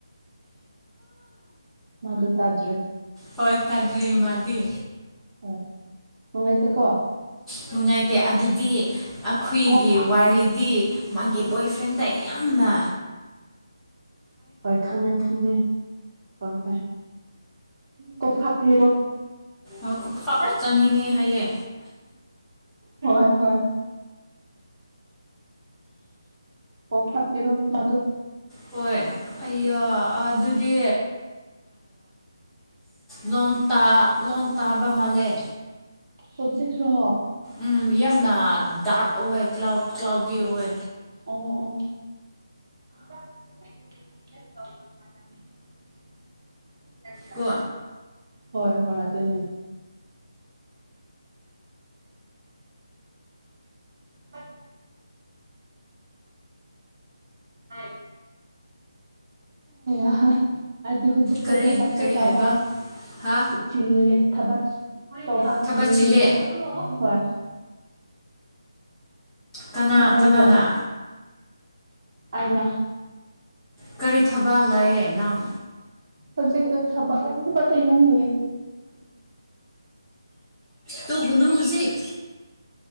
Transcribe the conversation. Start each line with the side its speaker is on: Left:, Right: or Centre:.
Right: ꯃꯗꯨ ꯇꯥꯗ꯭ꯔꯦ
Centre: ꯍꯣꯏ ꯇꯗ꯭ꯔꯤ ꯃꯥꯗꯤ
Right: ꯍꯣꯏ ꯅꯨꯡꯉꯥꯢꯇꯦꯀꯣ
Centre: ꯅꯨꯡꯉꯥꯏꯇꯦ ꯑꯗꯨꯗꯤ ꯑꯈꯣꯏꯒꯤ
Right: ꯀꯣꯐꯥꯛ
Centre: ꯋꯥꯔꯤꯗꯤ ꯃꯥꯒꯤ ꯕꯣꯏ ꯐ꯭ꯔꯦꯟꯗ ꯌꯥꯝ ꯅꯥ
Right: ꯍꯣꯏ ꯈꯪꯉꯦ ꯊꯪꯉꯦ ꯍꯣꯏ ꯍꯣꯏ ꯀꯞ ꯍꯥꯥꯞꯄꯤꯔꯣ
Centre: ꯈ ꯈꯥꯔ ꯆꯅꯤꯅꯦ ꯍꯥꯏꯌꯦ
Right: ꯍꯣꯏ ꯍꯣꯏ ꯑꯣꯞ ꯍꯥꯠꯇꯔꯣ ꯃꯗꯨ
Centre: ꯍꯣꯏ ꯑꯩ ꯑꯗꯨꯗꯤ ꯂꯣꯝ ꯇꯥ ꯂꯣꯟ ꯇꯥꯕ ꯃꯥꯜꯂꯦ
Right: ꯍꯧꯖꯤ꯭ꯔꯣ
Centre: ꯎꯝ ꯌꯥꯝꯅ ꯗꯗꯥꯇ ꯑꯣꯏ ꯀ ꯀꯥꯎꯗꯤ ꯑꯣꯏꯋ
Right: ꯑꯣ ꯑꯣ ꯂꯝꯕꯤꯣ ꯅꯝꯕ
Centre: ꯀꯣ
Right: ꯍꯣꯏ ꯍꯣꯏ ꯑꯗꯨꯅꯦ ꯑ ꯑ ꯑ ꯍꯥꯏꯗꯤ ꯍꯧꯖꯤꯛꯇꯣ
Centre: ꯀꯔꯤ
Right: ꯊꯥꯕꯁꯨꯣꯊꯥꯕ
Centre: ꯀꯔꯤ ꯍꯥꯏꯕ ꯍꯥ
Right: ꯆꯤꯜꯂꯦ ꯊꯕꯛ ꯁꯚꯥ
Centre: ꯊꯕꯛ
Right: ꯆꯜꯦ
Centre: ꯆꯤꯜꯂꯦ
Right: ꯍ ꯑꯐ
Centre: ꯀꯅꯥ
Right: ꯃꯃꯦꯕ
Centre: ꯀꯅꯥꯅ
Right: ꯑꯩꯅ
Centre: ꯀꯔꯤ ꯊꯕꯥꯛ ꯂꯥꯛꯑꯦ ꯅꯪ
Right: ꯁꯖꯦꯛꯛꯇ ꯊꯕꯨ ꯊꯕꯣ ꯏꯍ ꯂꯩꯌꯦ <inaudible>
Centre: ꯇꯧꯒꯅꯨ ꯍꯧꯖꯤꯛ